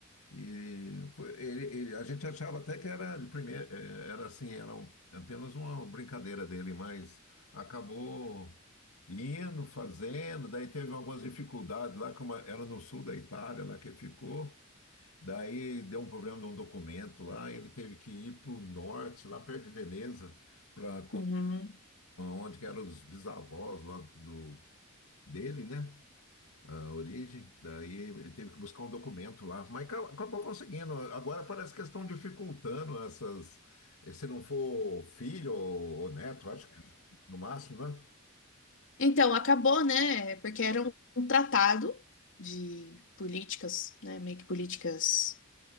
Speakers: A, on the left (about 80°); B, on the left (about 60°).
A: E foi- ele, ele- a gente achava até que era de primeira, eh, era assim, era um- apenas uma brincadeira dele, mas acabou indo, fazendo, daí teve algumas dificuldades lá, como era no sul da Itália, lá que ele ficou, daí deu um problema de um documento lá, ele teve que ir para o norte, lá perto de Veneza, para
B: Uhum.
A: onde que eram os bisavós lá do, dele, né? a origem, daí ele teve que buscar um documento lá, mas ca- acabou conseguindo. Agora parece que estão dificultando essas. Se não for filho ou, ou neto, acho que no máximo, né?
B: Então, acabou, né? Porque era um um tratado de políticas, né? Meio que políticas